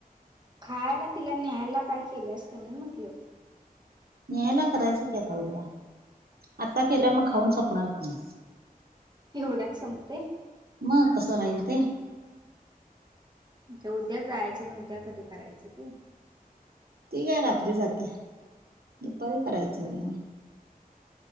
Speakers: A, on the right (about 30°); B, on the right (about 85°).
A: खायला तिला न्यायला काय केलं असं नाही म्हटल?
B: न्याहायला करायचं की आता उद्या आता केल्यावर
A: उद
B: मग खाऊन संपणार की.
A: एवढ्यात संपते?
B: मग कसं राहील ते.
A: उद्या जायचं आणि उद्या कधी करायचं ते?
B: ती काय रात्री जाते. दुपारी करायचंय.